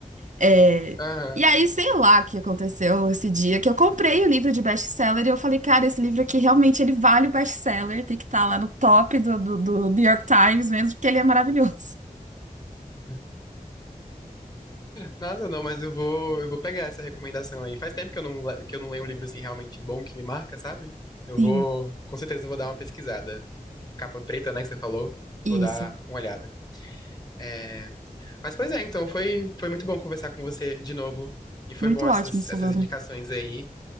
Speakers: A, on the right (about 55°); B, on the left (about 25°).
A: É,
B: Aham.
A: E aí, sei lá o que aconteceu esse dia, que eu comprei o livro de best-seller e eu falei, cara, esse livro aqui realmente ele vale o best-seller, tem que estar lá no top do, do, do New York Times mesmo, porque ele é maravilhoso.
B: <laughs> Nossa, não, mas eu vou, eu vou pegar essa recomendação aí. Faz tempo que eu não, le- que eu não leio um livro assim realmente bom que me marca, sabe? Eu
A: Sim,
B: vou, com certeza, eu vou dar uma pesquisada. A capa preta, né, que você falou.
A: isso.
B: Vou dar uma olhada. É... Mas pois é, então foi, foi muito bom conversar com você de novo. E foi
A: Muito
B: bom essas,
A: ótimo, Solano.
B: essas indicações aí,